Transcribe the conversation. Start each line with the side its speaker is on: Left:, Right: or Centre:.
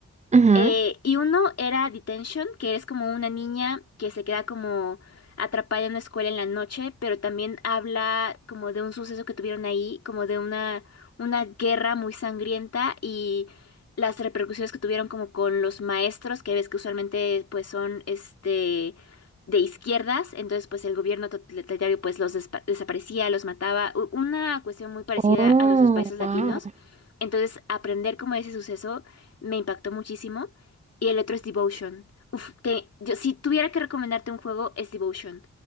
Right: Ujú.
Left: Eh, y uno era Detention, que es como una niña que se queda como atrapada en una escuela en la noche, pero también habla como de un suceso que tuvieron ahí, como de una, una guerra muy sangrienta y las repercusiones que tuvieron como con los maestros, que ves que usualmente pues son este de izquierdas, entonces pues el gobierno totalitario pues los despa- desaparecía, los mataba, u- una cuestión muy parecida
Right: oh,
Left: a nuestros países
Right: wow.
Left: latinos. Entonces, aprender como de ese suceso me impactó muchísimo. Y el otro es Devotion. Uf, te, yo, si tuviera que recomendarte un juego, es Devotion.